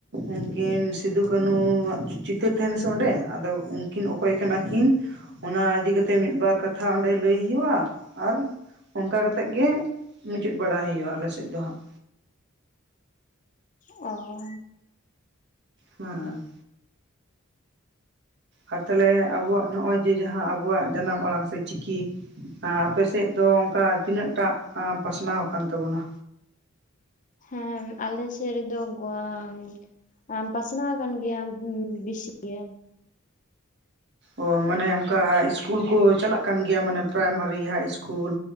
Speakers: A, on the right; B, on the left.
A: ᱩᱱᱠᱤᱱ ᱥᱤᱫᱩ ᱠᱟᱹᱱᱩ ᱣᱟᱜ ᱪᱩ ᱪᱤᱛᱟᱹᱨ ᱛᱟᱦᱮᱸᱱᱟ ᱥᱮ ᱚᱸᱰᱮ ᱟᱫᱚ ᱩᱸᱠᱤᱱ ᱚᱠᱚᱭ ᱠᱟᱱᱟ ᱠᱤᱱ ᱚᱱᱟ ᱤᱫᱤ ᱠᱟᱛᱮ ᱢᱤᱫ ᱵᱟᱨ ᱠᱟᱛᱷᱟ ᱚᱸᱰᱮ ᱞᱟᱹᱭ ᱦᱩᱭᱩᱜ-ᱟ, ᱟᱨ ᱚᱸᱠᱟ ᱠᱟᱛᱮᱜ ᱜᱮ, ᱢᱩᱪᱟᱹᱫ ᱵᱟᱲᱟ ᱦᱩᱭᱩᱜᱼᱟ ᱟᱞᱮᱥᱮᱫ ᱫᱚ ᱦᱟᱸᱜ᱾
B: ᱚᱻ
A: ᱦᱩᱸᱩᱸ, ᱟᱨ ᱛᱟᱦᱮᱞᱮ ᱟᱵᱚᱣᱟᱜ ᱱᱚᱜᱼᱚᱭ ᱡᱮ ᱡᱟᱦᱟᱸ ᱟᱵᱚᱣᱟᱜ ᱡᱟᱱᱟᱢ ᱟᱲᱟᱝ ᱥᱮ ᱪᱤ ᱠᱤ ᱟᱸ ᱟᱯᱮᱥᱮᱫ ᱫᱚ ᱚᱸᱠᱟ ᱛᱤᱱᱟᱹᱜ ᱴᱟᱜ ᱯᱟᱥᱱᱟᱣ ᱟᱠᱟᱱ ᱛᱟᱵᱚᱱᱟ?
B: ᱦᱮᱸᱻᱢ ᱟᱞᱮ ᱥᱮᱫ ᱨᱮᱫᱚ ᱜᱩᱣᱟᱹᱻᱢ ᱟᱢ ᱯᱟᱥᱱᱟᱣ ᱟᱠᱟᱱ ᱜᱮᱭᱟᱢ ᱩᱸ ᱵᱮᱥᱤ ᱜᱮ ᱾
A: ᱚ ᱢᱟᱱᱮ ᱚᱸᱠᱟ ᱤᱥᱠᱩᱞ ᱠᱚ ᱪᱟᱞᱟᱜ ᱠᱟᱱ ᱜᱮᱭᱟ ᱢᱟᱱᱮ ᱯᱟᱨᱟᱭᱢᱟᱹᱨᱤ, ᱦᱟᱭ ᱤᱥᱠᱩᱞ?